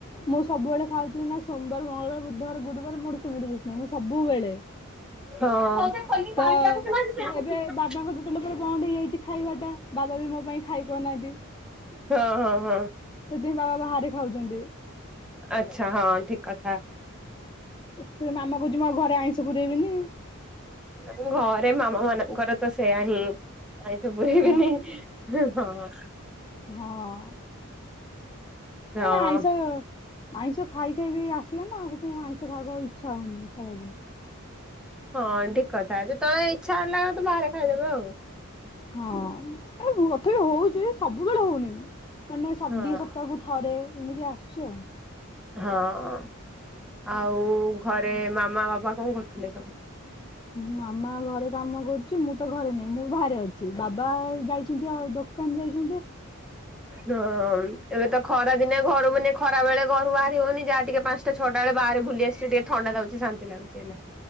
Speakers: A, on the left; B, in the centre.
A: ମୁଁ ସବୁବେଳେ ଖାଉଥିଲି। ସୋମବାର, ମଙ୍ଗଳବାର, ବୁଧବାର, ଗୁରୁବାର, ମୋର ସେମିତି କିଛି ନାହିଁ ମୁଁ ସବୁବେଳେ
B: ହଁ।
A: ତ ମୁଁ ଏବେ ବାବାଙ୍କ ଟୋଟେଲ ଉପରେ ବନ୍ଦ ହେଇଯାଇଛି ଖାଇବା ଟା ବାବା ବି ମୋ ପାଇଁ ଖାଇପାରୁନାହାନ୍ତି
B: ହଁ ହଁ ହଁ
A: ସେଥିପାଇଁ ବାବା ବାହାରେ ଖାଉଛନ୍ତି।
B: ଆଚ୍ଛା ହଁ ଠିକ। <inaudible> କଥା
A: ସେ ମାମା କହୁଛି ମୁଁ ଆଉ ଘରେ ଆଇଁଷ ପୁରେଇବିନି
B: ଘର ଆରେ ମାମା ମାନଙ୍କରତ ସେଇଆ ହିଁ। ଆଇତୁ ବୁଢିହେଇ
A: ହଁ
B: ଗଲୁଣି। ହୁଁ ହଁ।
A: ହଁ।
B: ହଁ
A: ଏ ନାଇସା ଆଇଁଷ ଖାଇ ଖାଇ ବି ଆସିଲା ନା ଆଉ ସେଥିପାଇଁ ଆଇଁଷ ଖାଇବାକୁ ଆଉ ଇଚ୍ଛା ହଉନି। ଖାଇବାକୁ।
B: ହଁ ଠିକ କଥା। ଯେତେବେଳେ ଇଛା ହେଲା ତ ବାହାରେ ଖାଇଦେବ ଆଉ।
A: ହଁ ଏ ମୁ କଥାପି ହଉଚି ସବୁବେଳେ ହଉନି। ମାନେ ସଦ
B: ହଁ
A: ଦି ସପ୍ତାହକୁ ଥରେ। ଏମିତି ଆସୁ। ଚ
B: ହଁ। ଆଉ ଘ ରେ ମାମା ବାବା କଣ କରୁଥିଲେ ସବୁ?
A: ମାମା ଘରେ କାମ କରୁଚି। ମୁଁ ତ ଘରେ ନାହିଁ ମୁଁ ବାହାରେ ଅଛି। ବାବା ଯାଇଚନ୍ତି ଆଉ ଦୋକାନ ଯାଇଚନ୍ତି।
B: ହଁ ଏବେ ତ ଖରା ଦିନେ ଘରୁ ମାନେ ଖରା ବେଳେ ଘରୁ ବାହାରି ହଉନି ଯାହା ଟିକେ ପାଞ୍ଚଟା ଛଅଟା ବେଳେ ବାହାରେ ବୁଲି ଆସିଲେ ଟିକେ ଥଣ୍ଡା ଲାଗୁଚି, ଶାନ୍ତି ଲାଗୁଚି ହେଲେ।